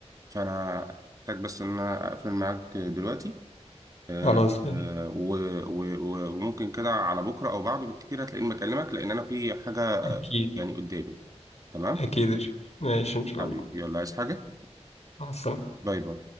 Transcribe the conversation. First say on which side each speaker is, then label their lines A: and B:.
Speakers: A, on the right (about 30°); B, on the left (about 70°).
A: فانا هحتاج بس ان انا اقفل معاك دلوقتي آه،
B: خلاص
A: آه،
B: ماشي.
A: و- و- و- وممكن كده على بكره او بعده بالكتير هتلاقيني بكلمك لان انا في حاجه
B: أكيد
A: يعني قدامي تمام
B: أكيد ماشي إن شاء
A: حبيبي
B: الله
A: يلا عايز حاجه
B: مع السلامة
A: باي باي